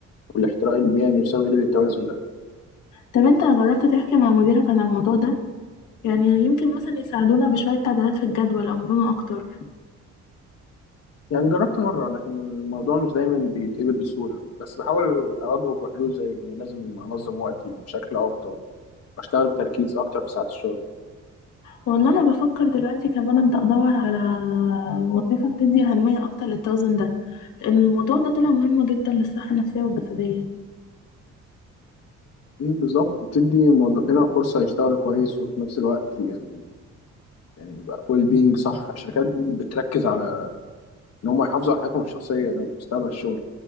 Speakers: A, on the left (about 55°); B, on the left (about 80°).
A: والاحتراق المهني بسبب قلة التوازن ده
B: طب انت جربت تحكي مع مديرك عن الموضوع ده يعني يمكن مثلا يساعدونا بشويه تعديلات في الجدول او مرونة اكتر
A: يعني جربت مرة لكن الموضوع مش دايما بيتقبل بسهولة بس بحاول أواجهه بحلول زي إني لازم أنظم وقتي بشكل أفضل وأشتغل بتركيز أكتر في ساعات الشغل
B: والله انا بفكر دلوقتي كمان ابدا ادور على وظيفه بتدي اهميه اكتر للتوازن ده لان الموضوع ده طلع مهم جدا للصحه النفسيه والجسديه
A: مم، بالظبط بتدي موظفينا فرصة يشتغلوا كويس وفي نفس الوقت يعني يعني يبقى ويل بينج صح الشركات بتركز على إن هم يحافظوا على حياتهم الشخصية ده مستقبل الشغل